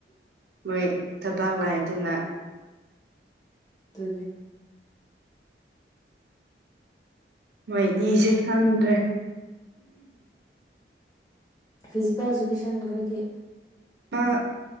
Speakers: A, on the right; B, on the left.
A: ꯃꯣꯏ ꯊꯕꯥꯥꯛ ꯂꯩꯇꯅ
B: ꯇꯨꯅꯤ
A: ꯃꯣꯏꯅꯤꯁꯦ ꯈꯪꯗ꯭ꯔꯦ
B: ꯐꯤꯖꯤꯀꯦꯜ ꯏꯖꯨꯀꯦꯁꯟꯈꯣꯏꯗꯤ
A: ꯑꯥ